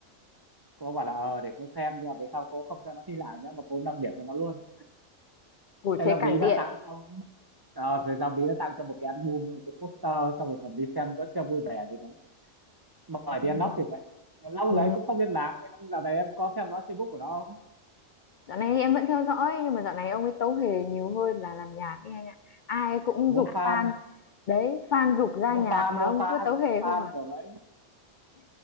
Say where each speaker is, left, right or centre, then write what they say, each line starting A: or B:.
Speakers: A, on the right; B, on the left.
A: cô bảo là ờ để cô xem nhưng mà về sau cô không cho nó thi lại nữa mà cô nâng điểm cho nó luôn
B: ủi
A: thế
B: thế
A: là bí
B: càng
A: nó
B: tiện
A: tặng xong rồi về sau bí nó tặng cho một cái album với một cái poster xong rồi còn đi xem vẫn chưa vui vẻ gì đấy mời
B: ừ.
A: đi ăn nóc thì vậy lâu
B: Ừ.
A: đấy cũng không liên lạc em giờ này em có theo dõi Facebook của nó không
B: dạo này thì em vẫn theo dõi nhưng mà dạo này ông ấy tấu hề nhiều hơn là làm nhạc ấy anh ạ ai cũng
A: kiểu mua
B: giục
A: fan
B: fan đấy fan giục ra
A: mua
B: nhạc
A: fan
B: mà
A: mua
B: ông
A: fan
B: cứ tấu hề
A: mua fan
B: không à
A: kiểu vậy